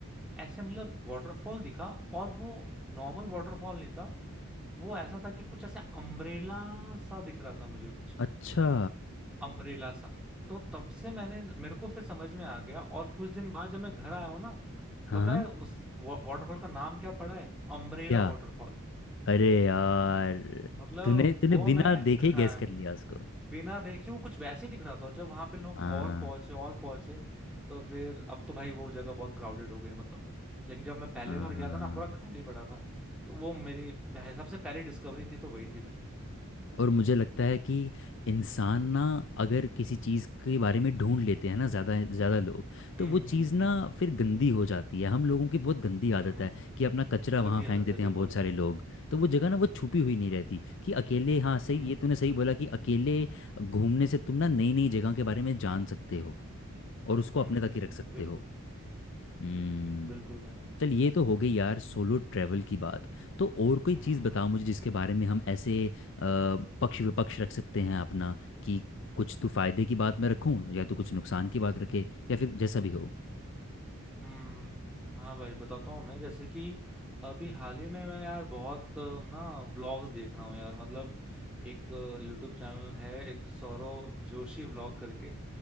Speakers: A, in the centre; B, on the left.
A: ऐसे मतलब वाटरफॉल दिखा और वो नॉर्मल वाटरफॉल नहीं था वो ऐसा था कि कुछ ऐसे अम्ब्रेला सा दिख रहा था मुझे कुछ
B: अच्छा
A: अम्ब्रेला सा तो तब से मैंने मेरे को फिर समझ में आ गया और कुछ दिन बाद जब मैं घर आया हूँ ना
B: हाँ
A: पता है उस वा, वाटरफॉल का नाम क्या पड़ा है Umbrella
B: क्या
A: waterfall
B: अरे यार
A: मतलब
B: तूने तूने
A: वो
B: बिना
A: मैं
B: देखे
A: हाँ,
B: ही गैस कर लिया उसको
A: बिना देखे वो कुछ वैसे ही दिख रहा था और जब वहां पे लोग
B: हाँ
A: और पहुंचे और पहुंचे तो फिर अब तो भाई वो जगह बहुत क्राउडेड हो गई मतलब लेकिन जब मैं पहली
B: हाँ
A: बार गया
B: हाँ।
A: था ना पूरा खाली पड़ा था तो वो मेरी पह, सबसे पहली डिस्कवरी थी तो वही थी भाई
B: और मुझे लगता है कि इंसान ना अगर किसी चीज़ के बारे में ढूंढ लेते हैं ना ज़्यादा ज़्यादा लोग तो
A: हम्म
B: वो चीज़
A: हम्म
B: ना
A: हम्म
B: फिर गंदी हो जाती है हम लोगों की बहुत गंदी
A: हम्म,
B: आदत है कि अपना कचरा वहाँ
A: गंदी
B: फेंक
A: आदत
B: देते
A: है
B: हैं
A: बिल्कुल
B: बहुत सारे लोग तो वो जगह ना वो छुपी हुई नहीं रहती कि अकेले हाँ सही
A: हम्म
B: ये तूने सही बोला कि अकेले घूमने से तुम ना नई नई जगह के बारे में जान सकते हो और उसको
A: हम्म
B: अपने तक ही रख सकते
A: बिल्कुल
B: हो हम्म
A: बिल्कुल भाई
B: चल ये तो हो गई यार सोलो ट्रैवल की बात तो और कोई
A: हम्म
B: चीज़ बताओ मुझे जिसके बारे में हम ऐसे अ, पक्ष विपक्ष रख सकते हैं अपना कि कुछ तू फायदे की बात मैं रखूं या तू कुछ नुकसान की बात रखे या फिर जैसा भी हो
A: हम्म हाँ भाई बताता हूँ मैं जैसे कि अभी हाल ही में मैं यार बहुत अ, ना व्लॉग्स देख रहा हूँ यार मतलब एक यूट्यूब चैनल है एक सौरव जोशी व्लॉग करके